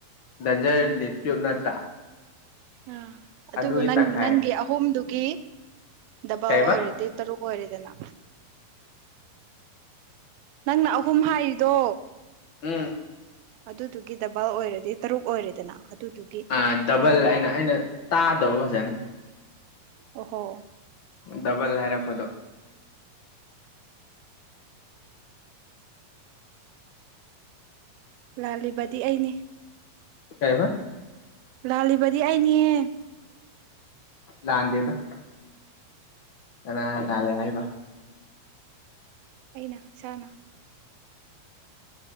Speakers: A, on the left (about 80°); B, on the right (about 85°).
A: ꯙꯟꯖꯔ ꯨ ꯅꯠꯇ꯭ꯔꯥ
B: ꯑꯥ ꯑꯗꯨꯕꯨ
A: ꯑꯗꯨꯒꯤ
B: ꯅꯪ
A: ꯇꯪꯈꯥꯏ
B: ꯅꯪꯒꯤ ꯑꯍꯨꯝꯗꯨꯒꯤ ꯗꯕꯜ
A: ꯀꯩꯕ
B: ꯑꯣꯏꯔꯗꯤ ꯇꯔꯨꯛ ꯑꯣꯏꯔꯗꯅ ꯅꯪꯅ ꯑꯍꯨꯝ ꯍꯥꯏꯔꯤꯗꯣ
A: ꯎꯝ
B: ꯑꯗꯨꯗꯨꯒꯤ ꯗꯕꯜ ꯑꯣꯏꯔꯗꯤ ꯇꯔꯨꯛ ꯑꯣꯏꯔꯦꯗꯅ ꯑꯗꯨꯗꯨꯒꯤ
A: ꯑ ꯗꯕꯜ
B: ꯍꯥꯏꯔꯤꯅꯦ
A: ꯑꯩꯅ ꯑꯩꯅ ꯇꯥꯗꯕ ꯐꯖꯅ
B: ꯑꯣꯍꯣ
A: ꯗꯕꯜ ꯍꯥꯏꯔꯛꯄꯗꯣ
B: ꯂꯥꯜꯂꯤꯕꯗꯤ ꯑꯩꯅꯦ
A: ꯀꯩꯕ
B: ꯂꯥꯜꯂꯤꯕꯗꯤ ꯑꯩꯅꯦꯍꯦ
A: ꯂꯥꯟꯗꯗ ꯀꯅꯥ ꯂꯥꯜꯂꯦ ꯍꯥꯏꯕ
B: ꯑꯩꯅ ꯆꯥꯅꯥ